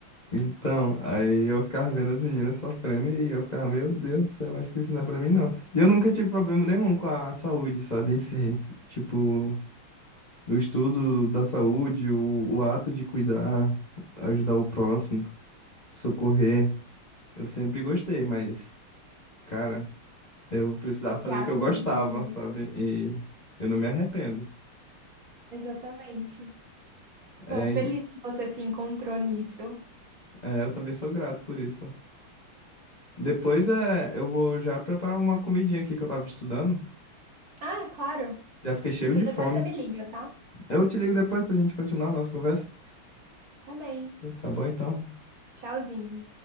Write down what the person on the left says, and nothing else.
Então, aí eu ficava vendo as meninas sofrendo e eu ficava, meu Deus do céu, acho que isso não é pra mim, não. E eu nunca tive problema nenhum com a saúde, sabe, em si. Tipo. O estudo da saúde, o, o ato de cuidar, ajudar o próximo, socorrer. Eu sempre gostei, mas, cara, eu precisava
fazer
o que eu gostava,
sabe? E eu não me arrependo.
É,
é, eu também sou grato por isso. Depois é, eu vou já preparar uma comidinha aqui que eu tava estudando.
Já fiquei cheio
de fome.
Eu te ligo depois pra gente continuar a nossa conversa.
Tá bom, então.